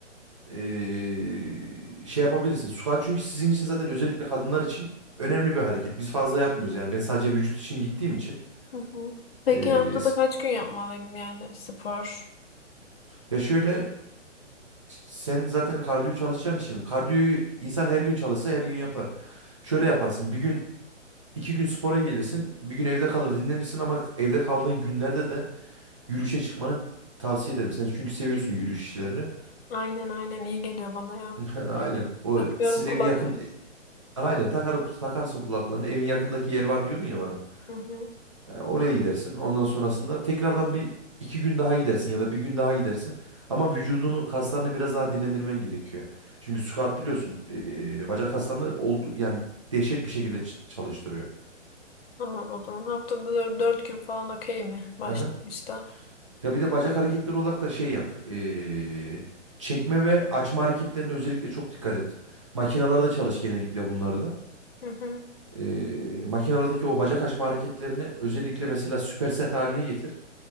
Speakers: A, on the right; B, on the left.
A: Ee, şey yapabilirsin. Squat çünkü sizin için zaten özellikle kadınlar için önemli bir hareket. Biz fazla yapmıyoruz yani. Ben sadece vücut için gittiğim için.
B: Hı hı. Peki
A: Ee,
B: haftada
A: s-
B: kaç gün yapmalıyım yani spor?
A: ya şöyle Sen zaten kardiyo çalışacağın için kardiyoyu insan her gün çalışsa her gün yapar. Şöyle yaparsın bir gün iki gün spora gelirsin bir gün evde kalır dinlenirsin ama evde kaldığın günlerde de yürüyüşe çıkmanı tavsiye ederim. Sen çünkü seviyorsun yürüyüş işlerini.
B: Aynen aynen iyi geliyor bana ya.
A: <laughs>
B: Müziğimi
A: Aynen o
B: takıyorum
A: sizin
B: kulaklığımı.
A: evin yakın aynen takar, takarsın kulaklarını evin yakındaki yer var diyordun ya bana.
B: Hı hı.
A: E, oraya gidersin. Ondan sonrasında tekrardan bir iki gün daha gidersin ya da bir gün daha gidersin. Ama vücudunu, kaslarını biraz daha dinlendirmen gerekiyor. Çünkü squat biliyorsun e, bacak kaslarını oldu yani dehşet bir şekilde ç- çalıştırıyor.
B: Tamam o zaman haftada dör- dört gün falan okey mi başlangıçta?
A: Aha. Ya bir de bacak hareketleri olarak da şey yap. e, çekme ve açma hareketlerine özellikle çok dikkat et. Makinalarda çalış genellikle bunları da.
B: Hı hı.
A: E, makinalardaki o bacak açma hareketlerini özellikle mesela süper set haline getir.